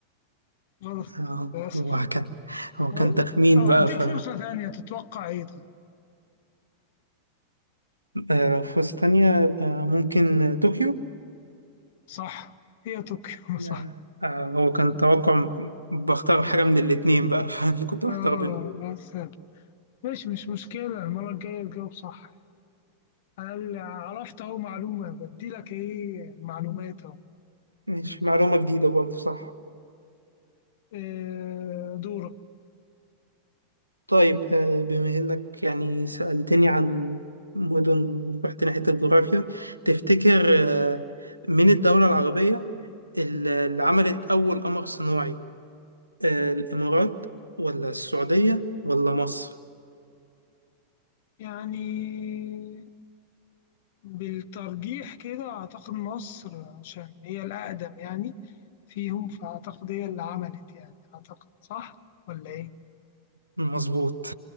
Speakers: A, on the left; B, on the right.
A: غلط
B: آه
A: للأسف
B: هو كان هو
A: طب
B: كان تخمين
A: طب هديك
B: بقى ف
A: فرصة ثانية تتوقع ايه طيب
B: آه، لو فرصة تانية يبقى ممكن طوكيو
A: صح هي طوكيو <laughs>
B: آه،
A: صح
B: آه، هو كان توقع بختار حاجة من الاتنين بقى <laughs> فأنا كنت بختار
A: اه
B: بينهم
A: بس ماشي مش مشكلة المرة الجاية تجاوب صح أنا اللي عرفت أهو معلومة بديلك ايه معلومات أهو
B: ماشي معلومة جديدة برضه صح
A: آه، دورك
B: طيب آه، بما إنك يعني سألتني عن مدن رحت ناحية الجغرافيا تفتكر آه، من الدولة العربية اللي اللي عملت أول قمر صناعي آه، الإمارات ولا السعودية ولا مصر؟
A: يعني بالترجيح كده أعتقد مصر عشان هي الأقدم يعني فيهم فأعتقد هي اللي عملت يعني أعتقد صح ولا إيه؟
B: مظبوط